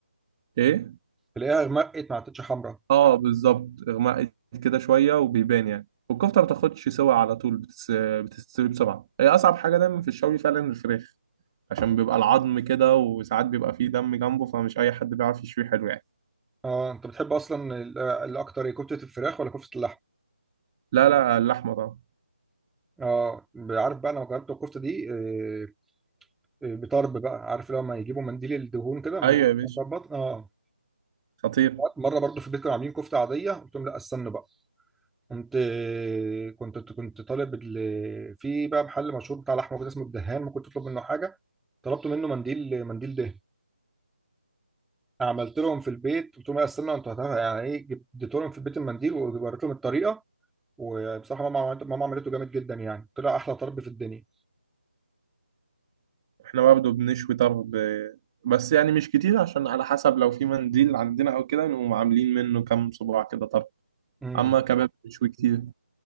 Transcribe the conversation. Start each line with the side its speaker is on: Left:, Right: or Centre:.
Right: إيه؟
Centre: تلاقيها غمقت ما عطتش حمرا
Right: آه بالظبط إغماء كده شوية وبيبان يعني والكفتة ما بتاخدش سوا على طول بتس... بتستوي بسرعة هي أصعب حاجة دايما في الشوي فعلا الفراخ عشان بيبقى العظم كده وساعات بيبقى فيه دم جنبه فمش أي حد بيعرف يشوي حلو يعني
Centre: اه انت بتحب اصلا ال- الاكتر إيه، كفته الفراخ ولا كفته اللحم
Right: لا لا اللحمة طبعا
Centre: اه عارف بقى انا جربت الكفته دي آه، آه، بطرب بقى عارف لما يجيبوا منديل الدهون كده منديل
Right: أيوة يا
Centre: الدهون
Right: باشا
Centre: بتاع البطن اه
Right: خطير
Centre: مره برضو في البيت كانوا عاملين كفته عاديه قلت لهم لا استنوا بقى قمت كنت كنت طالب ال- في بقى محل مشهور بتاع لحمه كده اسمه الدهان ممكن تطلب منه حاجه طلبت منه منديل منديل دهان عملت لهم في البيت قلت لهم لا استنوا انتوا هتعرفوا يعني ايه جبت- اديت لهم في البيت المنديل ووريت لهم الطريقه وبصراحه ماما عملت- ماما عملته جامد جدا يعني طلع احلى طرب في الدنيا
Right: احنا برضه بنشوي طرب آه، بس يعني مش كتير عشان على حسب لو في منديل عندنا او كده نقوم عاملين منه كام صباع كده طرب
Centre: امم
Right: اما كباب بنشوي كتير